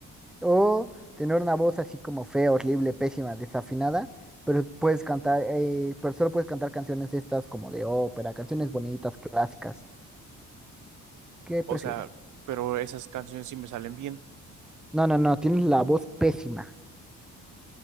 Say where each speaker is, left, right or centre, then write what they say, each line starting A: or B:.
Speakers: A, in the centre; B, on the right.
A: O tener una voz así como fea, horrible, pésima, desafinada, pero puedes cantar, eh, pero solo puedes cantar canciones estas como de ópera, canciones bonitas, clásicas. ¿Qué prefieres?
B: O sea, pero esas canciones sí me salen bien.
A: No, no, no, tienes la voz pésima,